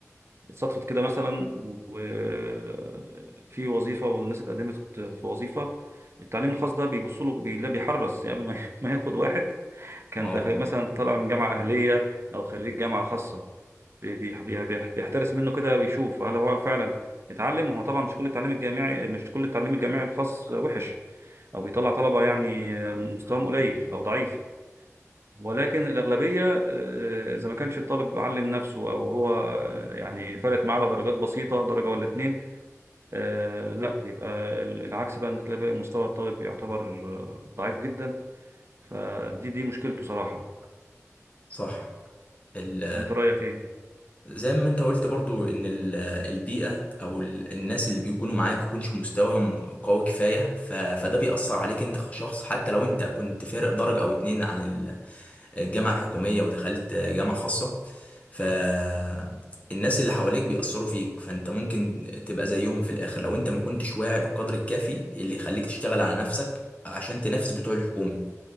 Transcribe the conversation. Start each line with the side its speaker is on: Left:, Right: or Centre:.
Right: صدفت كده مثلا وفي وظيفة والناس اتقدمت في وظيفة التعليم الخاص ده بيبص له بي- لا بيحرص يعني قبل ما <laughs> ما ياخد واحد كان
Left: اه
Right: تخ- مثلا طالع من جامعة أهلية أو خريج جامعة خاصة بي- بي- بي- بي- بيحترس منه كده بيشوف هل هو فعلا اتعلم هو طبعا مش كل التعليم الجامعي مش كل التعليم الجامعي الخاص وحش أو بيطلع طلبة يعني مستواهم قليل أو ضعيف ولكن الأغلبية آه، إذا ما كانش الطالب علم نفسه أو هو آه، يعني فرقت معاه على درجات بسيطة درجة ولا اتنين آه، لا بيبقى ال- العكس بقى إن تلاقي بقى مستوى الطالب بيعتبر آه، ضعيف جدا فدي دي مشكلته صراحة
Left: صح ال
Right: وانت رايك ايه
Left: زي ما انت قلت برضو ان ال- البيئة او ال- الناس اللي بيكونوا معاه بيكونش مستواهم قوي كفاية ف- فده بيأثر عليك انت كشخص حتى لو انت كنت فارق درجة او اتنين عن ال- الجامعة الحكومية ودخلت جامعة خاصة فالناس اللي حواليك بيأثروا فيك فانت ممكن تبقى زيهم في الاخر لو انت ما كنتش واعي بالقدر الكافي اللي يخليك تشتغل على نفسك عشان تنافس بتوع الحكومي